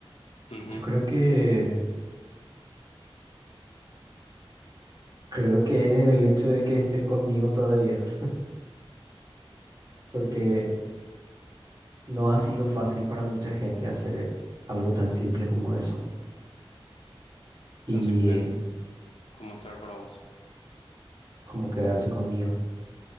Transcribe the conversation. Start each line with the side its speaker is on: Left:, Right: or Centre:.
Left: Ujú,
Right: yo creo que creo que es el hecho de que estén conmigo todavía, <laughs> porque no ha sido fácil para mucha gente hacer el- algo tan simple como eso y
Left: Tan simple como estar para vos.
Right: como quedarse conmigo.